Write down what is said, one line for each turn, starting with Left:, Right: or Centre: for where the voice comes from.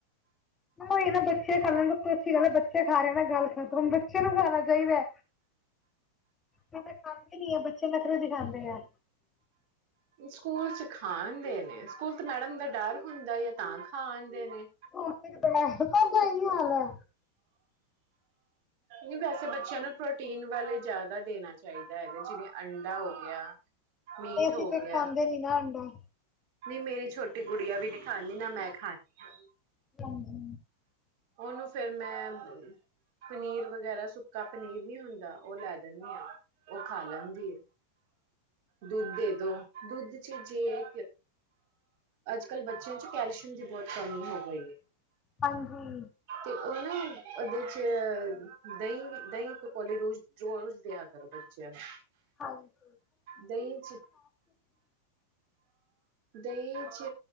Left: ਉਹੀ ਹੈ ਨਾ ਬੱਚੇ ਖਾਣ ਨਾ ਅਛੀ ਗੱਲ ਹੈ ਬੱਚੇ ਖਾ ਰਹੇ ਨਾ ਗੱਲ ਖਤਮ। ਬੱਚੇ ਨੂੰ ਖਾਣਾ ਚਾਹੀਦਾ ਖਾਂਦੇ ਨੀ ਆ ਬੱਚੇ ਨਖਰੇ ਦਿਖਾਂਦੇ ਆ।
Right: ਸਕੂਲ ਚ ਖਾਣਦੇ ਨੇ ਸਕੂਲ ਤੇ ਮੈਡਮ ਦਾ ਡਰ ਹੁੰਦਾ ਹੈ ਤਾਂ ਖਾਦੇ ਨੇ।
Left: ਉਹ <unintelligible> ਸਭ ਦਾ ਇਹੀ ਹਾਲ ਹੈ।
Right: ਨਹੀਂ ਵੈਸੇ ਬੱਚਿਆਂ ਨੂੰ ਪ੍ਰੋਟੀਨ ਵਾਲੇ ਜ਼ਿਆਦਾ ਦੇਣਾ ਚਾਹੀਦਾ ਹੈਗਾ ਜਿਵੇਂ ਅੰਡਾ ਹੋ ਗਿਆ। ਮੀਟ
Left: ਤੇ ਅਸੀਂ
Right: ਹੋ
Left: ਤੇ
Right: ਗਿਆ
Left: ਖਾਂਦੇ ਨੀ ਨਾ ਅੰਡਾ।
Right: ਨਹੀਂ ਮੇਰੀ ਛੋਟੀ ਗੁਡੀਆ ਵੀ ਨਹੀਂ ਖਾਦੀ ਨਾ ਮੈਂ ਖਾਣੀ ਆ।
Left: ਹਾਜੀ।
Right: ਉਹਨੂੰ ਫੇਰ ਮੈਂ ਪਨੀਰ ਵਗੈਰਾ ਸੁੱਕਾ ਪਨੀਰ ਨੀ ਹੁੰਦਾ ਉਹ ਲੈ ਦਿੰਦੀ ਹਾਂ ਉਹ ਖਾ ਲੈਂਦੀ ਐ। ਦੁੱਧ ਦੇ ਦੋ, ਦੁੱਧ ਚ ਜੇ ਅੱਜ ਕੱਲ ਬੱਚਿਆਂ ਚ ਕੈਲਸ਼ੀਅਮ ਦੀ ਬਹੁਤ ਕਮੀ ਹੋ ਗਈ ਹੈ।
Left: ਹਾਂਜੀ
Right: ਤੇ ਉਹ ਨਾ ਉਹਦੇ ਚ ਦਹੀਂ, ਦਹੀਂ ਇਕ ਕੌਲੀ ਰੋਜ਼ ਰ ਰੋਜ਼ ਦਿਆ ਕਰੋ ਬੱਚਿਆਂ ਨੂੰ।
Left: ਹਾਂਜੀ <inaudible>
Right: ਦਹੀਂ 'ਚ ਦਹੀਂ ਚ